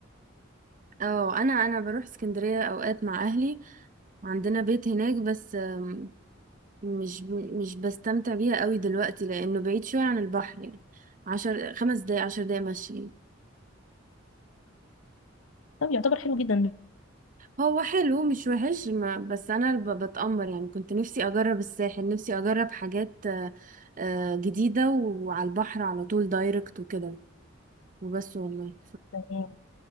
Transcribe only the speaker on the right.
اه انا انا بروح اسكندريه اوقات مع اهلي وعندنا بيت هناك بس آم، مش ب- مش بستمتع بيها قوي دلوقتي لانه بعيد شويه عن البحر يعني عشر خمس دقايق عشر دقايق مشي
هو حلو مش وحش ما بس انا ب- بتأمر يعني كنت نفسي اجرب الساحل نفسي اجرب حاجات آه، آه، جديده وعلى البحر على طول دايركت وكده وبس والله